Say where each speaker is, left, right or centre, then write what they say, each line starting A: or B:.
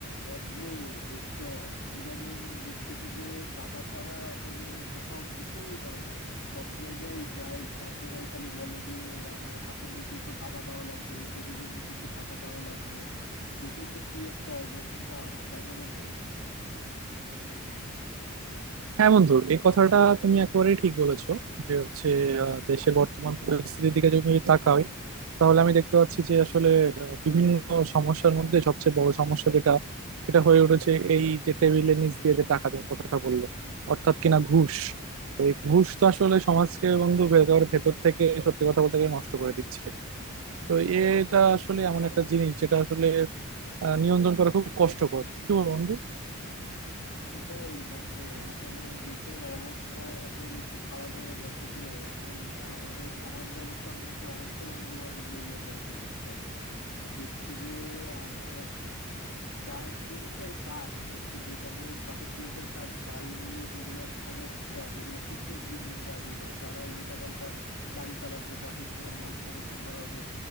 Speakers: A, on the left; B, on the right.
A: বন্ধু বুঝছো ইদানিং দেখতেছে যে টাকা ছাড়া আসলে কোথাও কিছুই হয় না সব জায়গায় যাই সব জায়গায় খালি বলে যে আমার হাতের নিচে একটু টাকা দেওয়া লাগবে টেবিলের নিচে একটু টাকা দেওয়া লাগবে দেশের যে কি একটা অবস্থা তাই না বন্ধু
B: হ্যাঁ বন্ধু এই কথাটা তুমি একেবারেই ঠিক বলেছো যে হচ্ছে আহ, দেশের বর্তমান পরিস্থিতির দিকে যদি আমি তাকাই তাহলে আমি দেখতে পাচ্ছি যে আসলে আহ, বিভিন্ন সমস্যার মধ্যে সবচেয়ে বড় সমস্যা যেটা সেটা হয়ে উঠেছে এই যে টেবিলের নিচ দিয়ে যে টাকা দেওয়ার কথাটা বললে অর্থাৎ কিনা ঘুষ তো এই ঘুষ তো আসলে সমাজকে বন্ধু একেবারে ভেতর থেকে সত্যি কথা বলতে গেলে নষ্ট করে দিচ্ছে তো এটা আসলে এমন একটা জিনিস যেটা আসলে আহ, নিয়ন্ত্রণ করা খুব কষ্টকর কি বল বন্ধু
A: এটাই বন্ধু আসলে দেশের অবস্থা এত বেশি খারাপ হয়ে গেছে যে এখন এটা আমাদের সমাজ ব্যবস্থার মধ্যে অন্তরঙ্গভাবে জড়িয়ে পড়েছে বুঝছো দেখছে যে আমার গা- পুলিশের কাজ হচ্ছে যেখানে ট্রাফিক পুলিশের কাজ গাড়িগুলো যেগুলোর সমস্যা যেগুলো ফিটনেস বিহীন গাড়ি বা যারা উল্টাপাল্টা গাড়ি চালাচ্ছে ট্রাফিক নিয়ম মানছে না সুন্দরভাবে